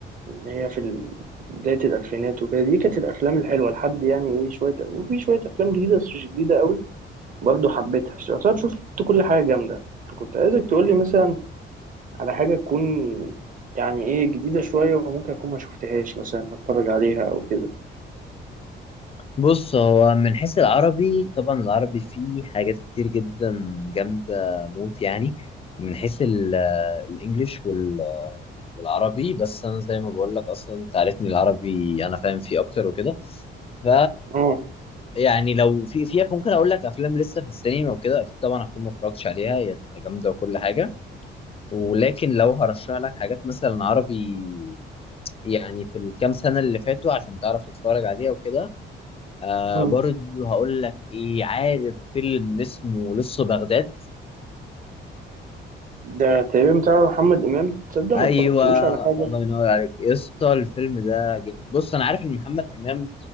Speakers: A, on the right; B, on the left.
A: اللي هي في ال- بدايه الالفينات وكده دي كانت الافلام الحلوه لحد يعني ايه شويه وفي شويه افلام جديده بس مش جديده قوي برضه حبيتها بس يعتبر شفت كل حاجه جامده فكنت عايزك تقول لي مثلا على حاجة تكون يعني ايه جديدة شوية وممكن أكون ما شفتهاش مثلا أتفرج عليها أو كده
B: بص هو من حيث العربي طبعا العربي فيه حاجات كتير جدا جامدة موت يعني من حيث ال- الانجليش وال والعربي بس انا زي ما بقول لك اصلا انت عارفني العربي انا فاهم فيه اكتر وكده ف
A: اه
B: يعني لو في فيها ممكن اقول لك افلام لسه في السينما وكده اكيد طبعا هكون ما اتفرجتش عليها هي هتبقى جامده وكل حاجه ولكن لو هرشح لك حاجات مثلا عربي يعني في الكام سنه اللي فاتوا عشان تعرف تتفرج عليها وكده آه
A: آه.
B: برضو هقول لك ايه عارف فيلم اسمه لسه بغداد
A: ده تقريبا بتاع محمد إمام تصدق
B: ايوه
A: ما اتفرجتلوش على حاجة
B: الله ينور عليك يا اسطى الفيلم ده جامد بص انا عارف ان محمد امام